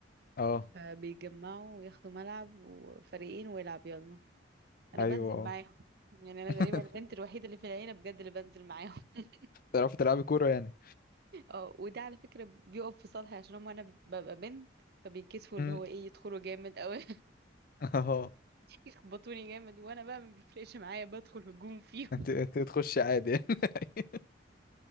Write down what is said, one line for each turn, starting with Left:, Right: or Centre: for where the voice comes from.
Left: اه
Right: فبيتجمعوا وياخدوا ملعب وفريقين ويلعب يلا انا
Left: ايوه
Right: بنزل
Left: اه
Right: معاهم يعني انا
Left: <laughs>
Right: تقريبا البنت الوحيده اللي في العيله بجد اللي بنزل معاهم <laughs>
Left: تعرفي تلعبي كورة يعني
Right: اه وده على فكره بيقف في صالحي عشان هم انا ببقى بنت فبيكسفوا
Left: امم
Right: اللي هو ايه يدخلوا جامد او <laughs>
Left: <laughs> اه
Right: يخبطوني جامد وانا بقى ما بيفرقش معايا بدخل هجوم فيهم
Left: انت انت تخشي عادي يعني